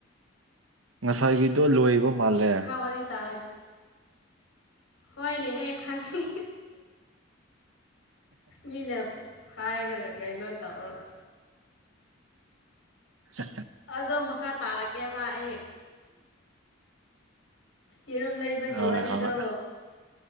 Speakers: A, on the right; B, on the left.
A: ꯉꯁꯥꯏꯒꯤꯗꯣ ꯂꯣꯏꯕ ꯃꯥꯜꯂꯦ꯫
B: ꯀꯔꯤ ꯇꯥꯔꯛ ꯍꯅꯦꯍꯦ ꯈꯪꯏ ꯃꯤꯅꯥ ꯍꯥꯏꯔꯒꯗꯤ ꯀꯩꯅꯣ ꯇꯧꯔꯒ
A: ꯁ
B: ꯑꯗꯣ ꯃꯈꯥ ꯇꯥꯔꯛꯀꯦꯕ ꯑꯩ ꯌꯦꯔꯨꯝ ꯂꯩꯕꯒꯤ
A: ꯍꯣꯏ
B: ꯋꯥꯔꯤꯗꯣ
A: ꯍꯣꯏ